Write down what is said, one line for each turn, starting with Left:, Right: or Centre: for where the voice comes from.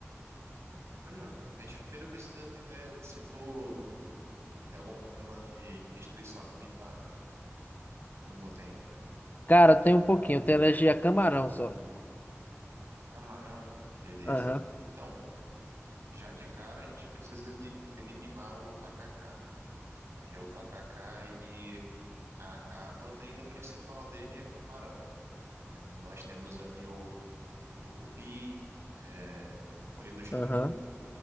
Right: Olha, A gente primeiro precisa entender se tu tem algum problema de de restrição alimentar ou não tem.
Left: Cara, tem um pouquinho. Eu tenho alergia a camarão só.
Right: Camarão, beleza.
Left: Aham,
Right: Então, já de cara a gente precisa eli- eliminar o tacacá, porque o tacacá, ele, a, a proteína principal dele é camarão, né? Nós temos ali o, o tucupi, é, a folha do jambu,
Left: aham.